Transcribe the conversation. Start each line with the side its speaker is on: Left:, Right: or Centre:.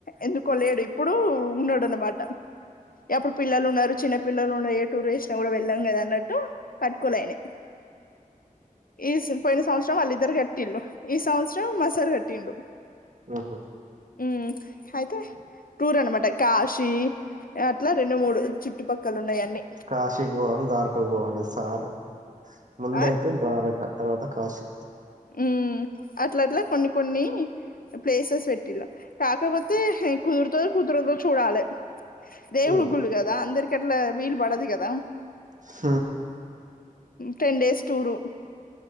Left: ఎందుకోలేడు ఇప్పుడు ఉన్నాడు అనమాట. ఎప్పుడు పిల్లలు ఉన్నారు చిన్న పిల్లలుం ఏ టూర్ వేసినా కూడా వెళ్ళాం కదా అన్నట్టు కట్టుకోలే అయినే ఈ పోయిన సంవత్సరం వాళ్ళిద్దరు కట్టింలు ఈ సంవత్సరం మ సార్ కట్టిండు.
Right: ఉహా
Left: ఉ అయితే టూర్ అనమాట కాశీ అట్లా రెండు మూడు చుట్టుపక్కల ఉన్నాయి అన్ని
Right: కాశక్ బల్ ధార్ క్క పోాలి సాలు ముందైతే
Left: ఆ
Right: ద్వారకా తర్వాత కాశి
Left: ఉ అట్ల అట్లా కొన్ని కొన్ని ప్లేసెస్ పెట్టిళు కాకపోతే కుదురుతో కుదరదొ చూడాలే. దేవుడుగుళలు
Right: ఉమ్
Left: కదా అందరికి ఎట్లా వీలు పడదు కదా
Right: హ
Left: టెన్ డేస్ టూరు